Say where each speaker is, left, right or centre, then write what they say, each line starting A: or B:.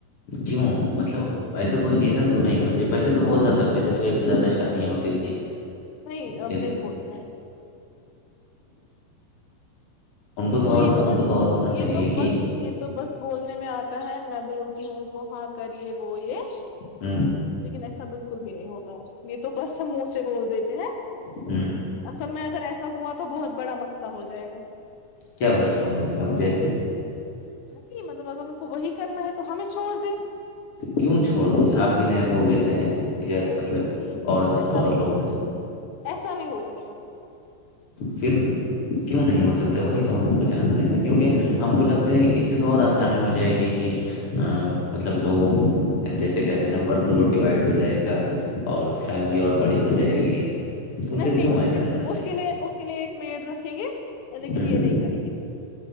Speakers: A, on the left (about 65°); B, on the left (about 80°).
A: کیوں مطلب ایسا کوئی ریزن تو نہیں ہونا چاہے پہلے تو ہوتا تھا پہلے تو ایک سے زیادہ شادیاں ہوتی تھیں
B: نہیں اب
A: پھر
B: نہیں ہوتا ہے
A: ان کو
B: اور یہ
A: ان
B: تو بس
A: کو اور ہونا چاہیے
B: یہ تو
A: کہ
B: بس یہ تو بس بولنے میں آتا ہے میں بولتی ہوں ان کو ہاں کر یہ وہ یہ
A: ہ
B: لیکن ایسا بالکل بھی نہیں ہوتا یہ تو بس ہم منہ سے بول دیتے ہیں
A: ہ
B: اصل میں اگر ایسا ہوا تو بہت بڑا مسئلہ ہو جائے گا
A: کیا مسئلہ ہوے گا جیس
B: نہیں مطلب اگر ان کو وہی کرنا ہے تو ہمیں چھوڑ دیں
A: کیوں چھوڑ دیں آپ بھی رہے ہیں وہ بھی رہے ہیں مطلب
B: نہیں نہیں
A: اور
B: ایسا
A: اور
B: نہیں ہو
A: لوگ ہیں
B: ایسا نہیں ہو سکتا
A: پھر کیوں نہیں ہو سکتا وہی تو ہم کو جاننا ہیں نا کیونکہ ہم کو لگتا ہے اس سے تو اور آسانی ہو جائے گی کہ مطلب لوگوں جیسے کہتے ہیں نا ورک لوڈ ڈیوائڈ ہو جائے گا اور فیملی اور بڑی ہو جائے گی تو پھر
B: نہیں نہیں
A: کیوں
B: اس
A: ایسا
B: کے
A: ہونا چاہیے
B: اس کے لیے اس اس کے لیے ایک میڈ رکھیں گے لیکن
A: ہوں،
B: یہ نہیں کریں گے